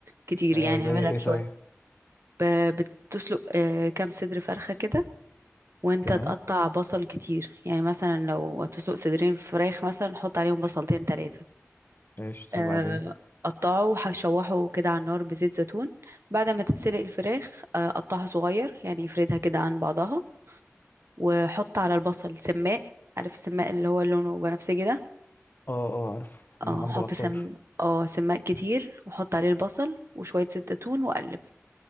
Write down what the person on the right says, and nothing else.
كتير
يعني
اعملها
بشوية
ب- بتسلق أه، كام صدر فرخة كده وانت
تقطع بصل كتير يعني مثلا لو هتسلق صدرين فراخ مثلا حط عليهم بصلتين تلاتة
آه،
قطعه هشوحه كده على النار بزيت زيتون بعد ما تتسلق الفراخ آه، قطعها صغير يعني افردها كده عن بعضها وحط على البصل سماق عارف السماق اللي هو لونه بنفسجي ده
اه
حط
سم اه سماق كتير وحط عليه البصل وشوية زيت زيتون وقلب